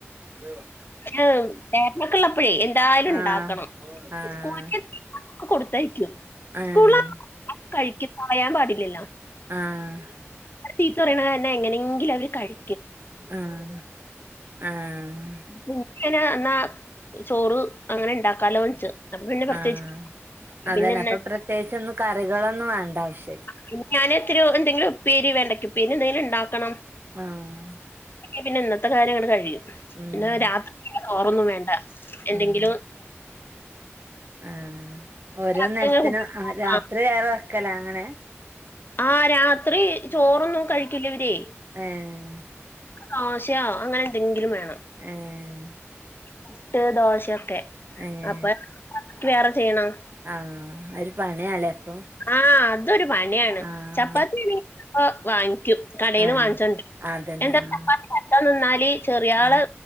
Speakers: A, on the right (about 50°); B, on the left (about 50°).
A: ല്ല്യോ
B: ഏഹ് ഏട്ട്നൊക്കെള്ളപ്പഴേ ന്തായാലും
A: ആഹ്
B: ണ്ടാക്കണം
A: ആഹ്
B: <unintelligible> കൊടുത്തയ്ച്ണ്
A: ഏഹ്
B: സ്കൂള കഴിക്കും കളയാൻ പാടില്ലല്ലോ
A: ആഹ്
B: <unintelligible> തന്നെ എങ്ങനെയെങ്കിലും അവര് കഴി
A: ആഹ് ആഹ്
B: <unintelligible> എന്നാ ചോറ് അങ്ങനെ ഇണ്ടാക്കാലോന്ന് വെച്ച് അപ്പൊ പിന്നെ പ്രത്യേകിച്ച്
A: ആഹ് അതന്നെ
B: പിന്നെ ഇന്നത്തെ
A: അപ്പൊ പ്രത്യേകിച്ച് ഒന്നും കറികളൊന്നും വേണ്ട ആവശ്യല്ല
B: പിന്നെ ഞാന് ഇത്തിരി എന്തെങ്കിലും ഉപ്പേരി വേണ്ടക്ക ഉപ്പേരി എന്തെങ്കിലും ഉണ്ടാക്കണം
A: ആഹ്
B: പിന്നെ ഇന്നത്തെ കാര്യങ്ങട് കഴിയും
A: ഉം
B: പിന്നെ രാത്രി വെറൊന്നും വേണ്ട എന്തെങ്കിലു
A: ഉം ആഹ് ഓരോ
B: രാത്രി
A: നേരത്തിനും
B: അങ്ങനെ കുട്ടികൾക്ക്
A: രാത്രി ഏറെ വെക്കല അങ്ങനെ
B: ആഹ് രാത്രി ചോറൊന്നും കഴിക്കില്ല ഇവര്
A: ഏഹ്
B: ദോശയാ അങ്ങനെ എന്തെങ്കിലും വേണം
A: ഏഹ്
B: മുട്ട് ദോശയൊക്കെ
A: ഏഹ്
B: പ്പൊ <unintelligible> ക്ക് വേറെ ചെയ്യണം
A: ആഹ് ഒരു പണിയല്ലേ അപ്പൊ
B: ആഹ് അതൊരു പണിയാണ്
A: ആഹ്
B: ചപ്പാത്തി <inaudible> വാങ്ങിക്കും കടയിന്ന്
A: ആഹ്
B: വാങ്ങിച്ചോണ്ട്
A: അതന്നെ
B: എന്താ
A: ആഹ്
B: ചപ്പാത്തി പരത്താൻ നിന്നാല് ചെറിയ ആള്
A: ആഹ്